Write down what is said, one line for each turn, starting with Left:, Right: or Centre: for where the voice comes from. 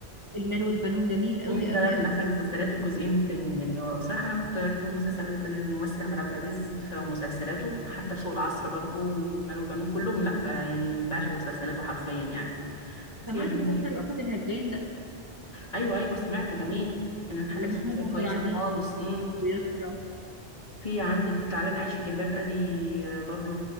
Right: المال والبنون جميل قوي
Left: مم، ده
Right: قوي
Left: من
Right: قوي
Left: احسن المسلسلات الجزئين التاني يعني هو بصراحة انا كنت بحب المسلسل الممثل احمد عبد العزيز في مسلسلاته حتى في سوق العصر برضو المال والبنون كلهم لا آه، يعني بعشق مسلسلاته حرفيا يعني في
Right: سمعت
Left: عندك
Right: مسلسل رأفت الهجان ده
Left: ايوه ايوه سمعته جميل من الحاجات
Right: لمحمود
Left: السياسيه
Right: عبد
Left: كويسه
Right: العزيز
Left: خالص امم
Right: ويسرا
Left: في عندك بتاع لن عايش في جلباب ابي آه، برضو